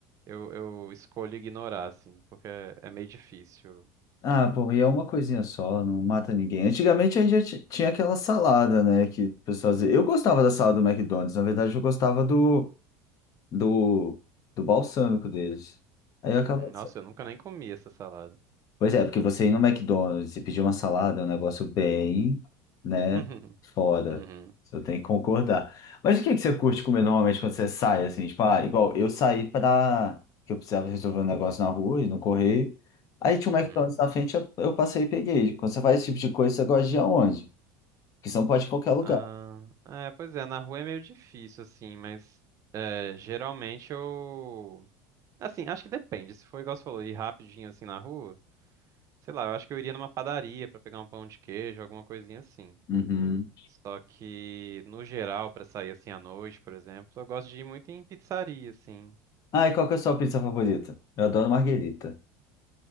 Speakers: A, on the right (about 40°); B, on the left (about 45°).
A: eu, eu escolho ignorar, assim, porque é, é meio difícil.
B: Ah, pô, e é uma coisinha só, não mata ninguém. Antigamente a gente já ti- tinha aquela salada, né, que o pessoal dizia... Eu gostava da salada do McDonald's, na verdade eu gostava do, do, do balsâmico deles. Aí eu acabava
A: Uhum. Nossa, eu nunca nem comi essa salada.
B: Pois é, porque você ir no McDonald's e pedir uma salada é um negócio bem, né,
A: <laughs>
B: fora.
A: Uhum,
B: Você tem que concordar. Mas o que é que você curte comer normalmente quando você sai, assim? Tipo, ah, igual eu saí pra... que eu precisava resolver um negócio na rua e no correio. Aí tinha
A: uhum.
B: um McDonald's na frente, eu eu passei e peguei. Quando você faz esse tipo de coisa, você gosta de ir aonde? Porque você não pode ir em qualquer lugar.
A: Ah, é, pois é, na rua é meio difícil, assim, mas é, geralmente eu. Assim, acho que depende. Se for igual você falou, ir rapidinho assim na rua, sei lá, eu acho que eu iria numa padaria pra pegar um pão de queijo, alguma coisinha assim.
B: Uhum.
A: Só que, no geral, pra sair assim à noite, por exemplo, eu gosto de ir muito em pizzaria, assim.
B: Ah, e qual que é a sua pizza favorita? Eu adoro marguerita.